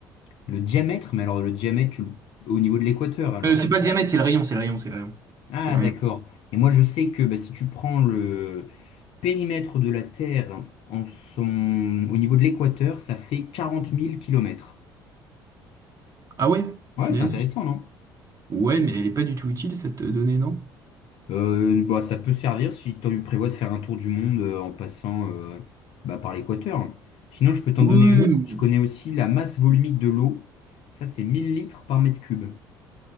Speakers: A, on the left; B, on the right.
A: Le diamètre, mais alors le diamètre, tu le- au niveau de l'équateur, alors.
B: Euh, c'est pas le diamètre, c'est le rayon, c'est le rayon, c'est le rayon.
A: Ah,
B: C'est le
A: d'accord.
B: rayon.
A: Et moi, je sais que bah, si tu prends le périmètre de la Terre en son... au niveau de l'équateur, ça fait quarante mille kilomètres.
B: Ah ouais,
A: Ouais,
B: punaise.
A: c'est intéressant, non?
B: Ouais, mais elle est pas du tout utile cette euh, donnée, non?
A: Euh, bah, ça peut servir si tu prévois de faire un tour du monde euh, en passant euh, bah, par l'équateur. Sinon, je peux t'en
B: Oui,
A: donner une autre. Je connais aussi la masse volumique de l'eau. Ça, c'est 1000 litres par mètre cube.